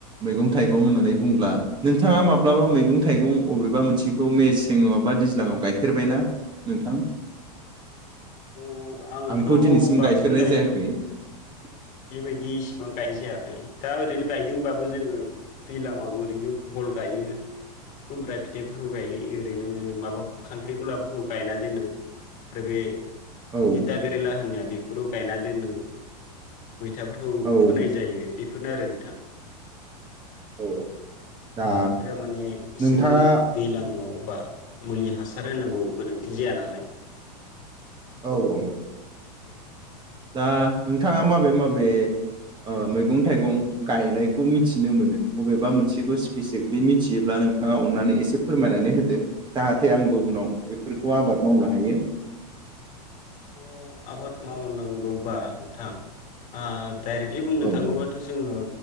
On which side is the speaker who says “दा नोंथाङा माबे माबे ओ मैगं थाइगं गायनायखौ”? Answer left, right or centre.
Right